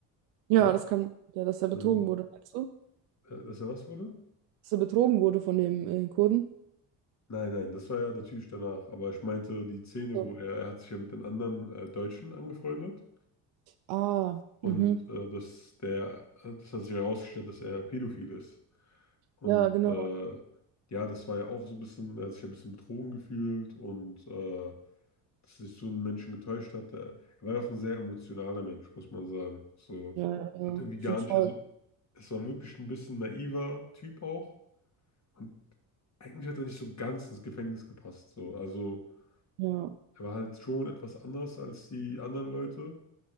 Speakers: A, on the right (about 80°); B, on the left (about 35°).
A: Ja,
B: oder?
A: das kann, ja, dass er betrogen
B: Ähm,
A: wurde, meinst du?
B: äh, dass er was wurde?
A: Dass er betrogen wurde von dem äh, Kurden?
B: Nein, nein, das war ja natürlich danach. Aber ich meinte die Szene,
A: So.
B: wo er, er hat sich ja mit den anderen äh, Deutschen angefreundet
A: Ah,
B: und
A: mhm.
B: äh, dass der, das hat sich herausgestellt, dass er pädophil ist. Und
A: Ja, genau.
B: äh, ja, das war ja auch so ein bisschen, er hat sich ja ein bisschen betrogen gefühlt und äh, dass sich so ein Menschen getäuscht hat. Er, er war ja auch ein sehr emotionaler Mensch, muss man sagen. So,
A: Ja, ja, ja.
B: hat irgendwie gar
A: Auf jeden Fall.
B: nicht, also es war wirklich ein bisschen naiver Typ auch. Und eigentlich hat er nicht so ganz ins Gefängnis gepasst. So. Also
A: Ja.
B: er war halt schon etwas anders als die anderen Leute.